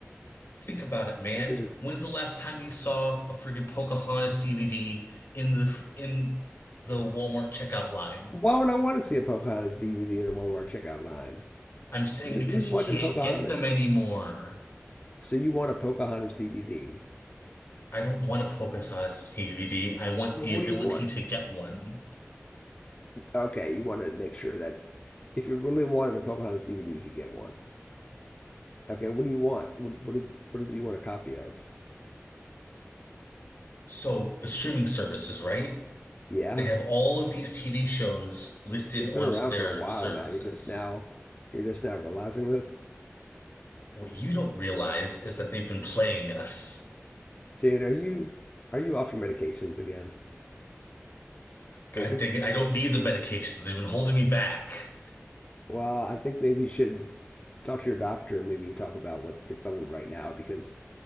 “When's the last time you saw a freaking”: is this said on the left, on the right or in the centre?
Left